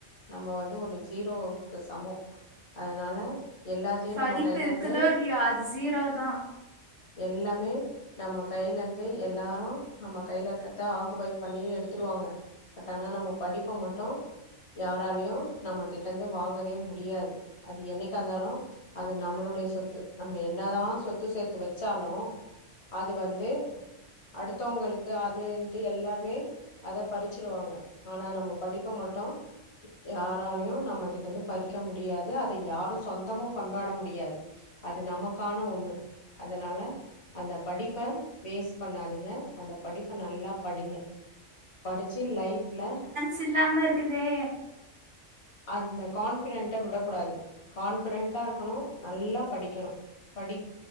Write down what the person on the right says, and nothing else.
படிப்பு
இருக்குதோ இல்லையோ அது ஜீரோ தா
சில்லாம இருக்குதே